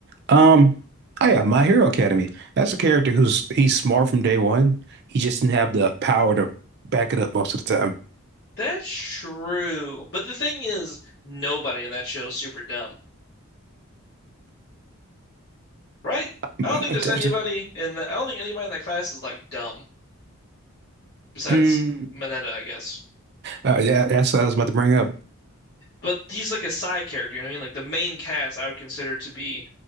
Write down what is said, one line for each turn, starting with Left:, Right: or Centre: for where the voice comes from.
Right: Um, oh yeah, My Hero Academy. That's a character who's he's smart from day one. He just didn't have the power to back it up most of the time.
Left: That's true. But the thing is, nobody in that show is super dumb, right?
Right: <laughs>
Left: I
Right: Mm,
Left: don't think there's
Right: mm,
Left: anybody in the, I don't think anybody in that class is like dumb besides
Right: mm. Mm,
Left: Mineta, I guess.
Right: uh, yeah, that's what I was about to bring up.
Left: But he's like a side character, you know what I mean? Like the main cast I would consider to be